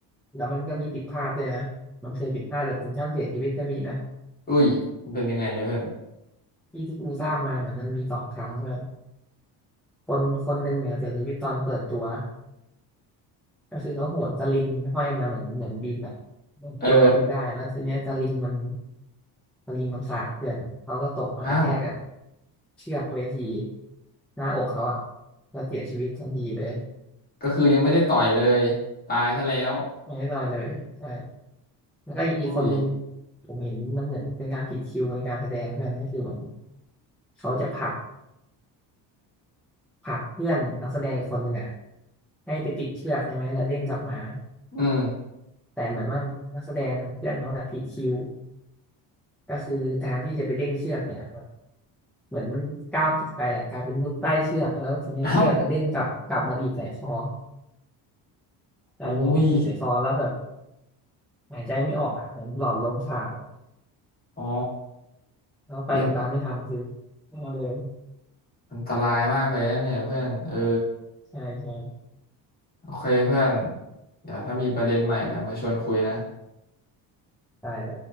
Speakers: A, in the centre; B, on the left.
A: แล้วมันก็มีผิดพลาดด้วยนะมันเคยผิดพลาดแบบถึงขั้นเสียชีวิตก็มีนะ
B: อุ้ยมันเป็นยังไงเพื่อน
A: ที่ที่กูทราบมาเหมือนมันมีสองครั้งแบบคนคนหนึ่งเนี่ยเสียชีวิตตอนเปิดตัวก็คือเขาโหนสลิงห้อยมาเหมือนเหมือนบินอ่ะเหมือนตัวเขาบินได้แล้วทีเนี้ยสลิงมัน
B: เออ
A: สลิงมันขาดเพื่อนเขาก็ตกมากระแทกกับ
B: อ้าว
A: เชือกเวทีหน้าอกเขาอ่ะก็เสียชีวิตทันทีเลย
B: ก็คือยังไม่ได้ต่อยเลยตายซะแล้ว
A: ไม่ได้ลอยเลยใช่แล้วก็อีกอีกคนหนึ่ง
B: อุ้ย
A: ผมเห็นมันเหมือนเป็นการผิดคิวในการแสดงเพื่อนก็คือเหมือนเขาจะผลักผลักเพื่อนนักแสดงอีกคนหนึ่งอ่ะให้ไปติดเชือกใช่ไหมแล้วเด้งกลับมา
B: อืม
A: แต่เหมือนว่านักแสดงเพื่อนเขาน่ะผิดคิวก็คือแทนที่จะไปเด้งเชือกเนี่ยแบบเหมือนมันก้าวผิดไปอ่ะกลายเป็นมุดใต้เชือกแล้วทีเนี้ยเชือกก็เด้งกลับกลับมาดีดใส่คอ
B: เอ้า
A: กลายเป็นดีดใส่คอแล้วแบบ
B: โอ้ย
A: หายใจไม่ออกอ่ะเหมือนหลอดลมขาดอะ
B: อ๋อ
A: แล้วไปโรงพยาบาลไม่ทันคือ
B: เปลี่ยน
A: นั่นเลย
B: อันตรายมากเลยนะเนี่ยเพื่อนเออ
A: ใช่ใช่
B: โอเคเพื่อนเดี๋ยวถ้ามีประเด็นใหม่เดี๋ยวมาชวนคุยนะ
A: ตายไป